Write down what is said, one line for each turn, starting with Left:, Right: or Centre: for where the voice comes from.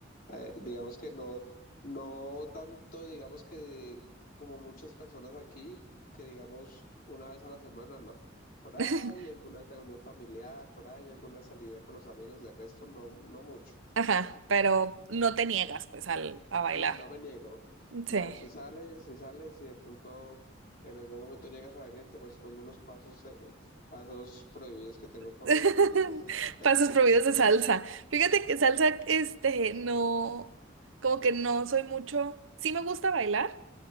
Left: eh, digamos que no, no tanto, digamos que de- como muchas personas aquí, que digamos una vez a la semana, no. Por ahí
Right: <laughs>
Left: alguna reunión familiar, por ahí alguna salida con los amigos, de resto no, no mucho.
Right: Ajá, pero no te niegas pues al, a bailar.
Left: No, no me niego.
Right: Sí.
Left: No, si sales, si sales, si de pronto en algún momento llegas a venir, te muestro algunos pasos, eh, pasos prohibidos que tengo por
Right: <laughs>
Left: ahí escondidos. <laughs>
Right: Pasos prohibidos de salsa. Fíjate que salsa, este, no, como que no soy mucho, sí me gusta bailar,